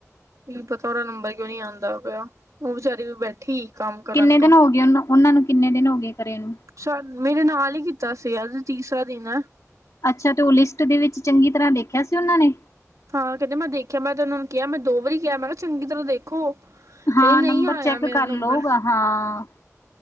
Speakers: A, on the right; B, on the left.
A: ਕੀ ਪਤਾ ਉਹਰਾ ਨੰਬਰ ਕਿਉਂ ਨੀ ਆਦਾ ਪਿਆ ਉਹ ਬੇਚਾਰੀ ਵੀ ਬੈਠੀ ਕੰਮ ਕਰਨ
B: ਕਿੰਨੇ
A: ਤੋਂ
B: ਦਿਨ ਹੋ ਗਏ ਉਨ ਉਹਨਾਂ ਨੂੰ ਕਿੰਨੇ ਦਿਨ ਹੋ ਗਏ ਕਰੇ ਨੂੰ।
A: ਸ਼ੈਦ ਮੇਰੇ ਨਾਲ ਹੀ ਕੀਤਾ ਸੀਗਾ ਅੱਜ ਤੀਸਰਾ ਦਿਨ ਐ।
B: ਅੱਛਾ ਤੇ ਉਹ ਲਿਸਟ ੳਦੇ ਵਿੱਚ ਚੰਗੀ ਤਰ੍ਹਾਂ ਦੇਖਿਆ ਸੀ ਉਹਨਾਂ ਨੇ।
A: ਹਾਂ ਕਹਿੰਦੇ ਮੈਂ ਦੇਖਿਆ ਮੈਂ ਤੇੈਨੂੰ ਕਿਹਾ ਮੈਂ ਦੋ ਵਾਰੀ ਕਿਹਾ ਮੈਂ ਕਿਹਾ ਚੰਗੀ ਤਰ੍ਹਾਂ ਦੇਖੋ।
B: ਹਾਂ
A: ਇਹ ਨਹੀਂ
B: ਨੰਬਰ
A: ਆਇਆ
B: ਚੈੱਕ
A: ਮੇਰਾ
B: ਕਰ
A: ਨੰਬਰ
B: ਲਉਗਾ ਹਾਂ।